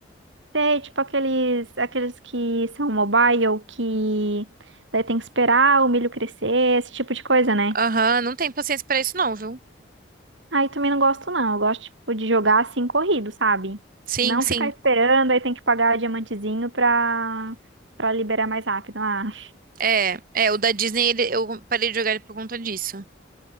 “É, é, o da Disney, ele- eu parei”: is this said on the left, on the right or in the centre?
Right